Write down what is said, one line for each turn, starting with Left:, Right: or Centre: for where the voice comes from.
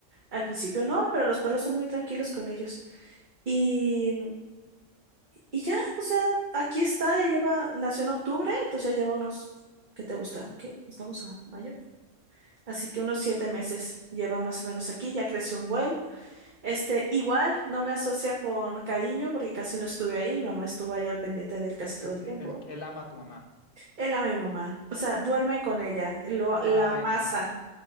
Right: Al principio no, pero los perros son muy tranquilos con ellos. Y, y ya, o sea, aquí está, ya lleva, nació en octubre, entonces ya lleva unos, ¿qué te gusta? ¿Qué? Estamos a mayo. Así que unos siete meses lleva más o menos aquí, ya creció un buen. Este, igual no me asocia con cariño porque casi no estuve ahí. Mi mamá estuvo ahí al pendiente de él casi todo
Left: Entonces,
Right: el tiempo.
Left: e- él, él ama a tu mamá.
Right: Él ama a mi mamá. O sea, duermen con ella. Lo, la
Left: Ay,
Right: masa.
Left: no.